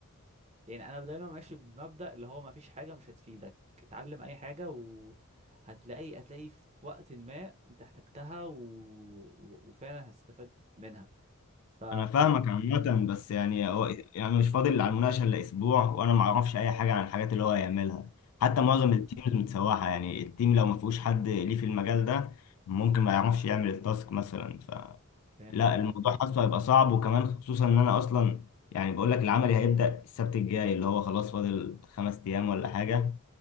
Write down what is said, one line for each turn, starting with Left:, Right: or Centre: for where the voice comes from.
Right: يعني انا دايما ماشي بمبدأ اللي هو ما فيش حاجة مش هتفيدك اتعلم اي حاجة وهتلاقي هتلاقي في وقت ما انت احتجتها و... و- وفعلا هتستفاد منها ف
Left: انا فاهمك عامة بس يعني
Right: م-
Left: هو يعني مش فاضل على المناقشة الا اسبوع وانا ما اعرفش اي حاجة عن الحاجات اللي هو هيعملها حتى
Right: م-
Left: معظم التيمز متسوحة يعني التيم لو ما فيهوش حد ليه في المجال ده ممكن ما يعرفش يعمل التاسك مثلا فلا
Right: فهمتك
Left: الموضوع حاسه هيبقى صعب وكمان خصوصا ان انا اصلا يعني بقول لك العملي هيبدأ السبت الجاي اللي هو خلاص فاضل خمس ايام ولا حاجة